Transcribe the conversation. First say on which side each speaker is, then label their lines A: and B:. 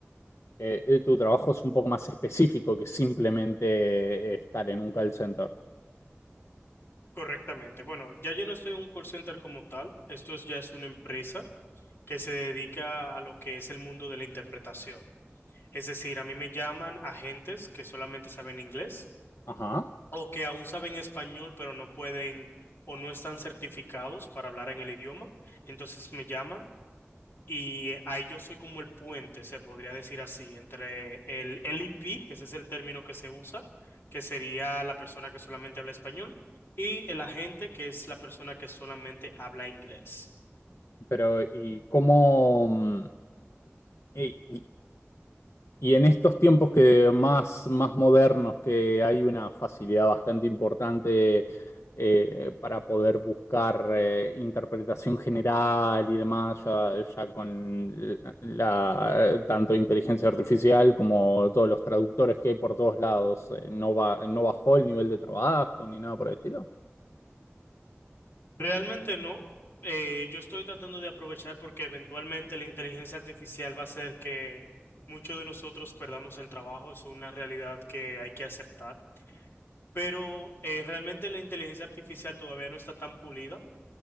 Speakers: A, on the left (about 75°); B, on the left (about 55°).
A: eh, eh, tu trabajo es un poco más específico que simplemente eh, estar en un call center.
B: Correctamente. Bueno, ya yo no estoy en un call center como tal, esto es, ya es una empresa que se dedica a lo que es el mundo de la interpretación. Es decir, a mí me llaman agentes que solamente saben inglés
A: Ajá.
B: o que aún saben español, pero no pueden o no están certificados para hablar en el idioma. Entonces me llaman y ahí yo soy como el puente, se podría decir así, entre el LEP, que ese es el término que se usa, que sería la persona que solamente habla español, y el agente, que es la persona que solamente habla inglés.
A: Pero, ¿y cómo, mm, y, Y en estos tiempos que más, más modernos, que hay una facilidad bastante importante eh, para poder buscar eh, interpretación general y demás, ya, ya con la, tanto inteligencia artificial como todos los traductores que hay por todos lados, eh, no va, no bajó el nivel de trabajo ni nada por el estilo.
B: Realmente no. Eh, yo estoy tratando de aprovechar porque eventualmente la inteligencia artificial va a hacer que muchos de nosotros perdamos el trabajo. Es una realidad que hay que aceptar. Pero eh, realmente la inteligencia artificial todavía no está tan pulida.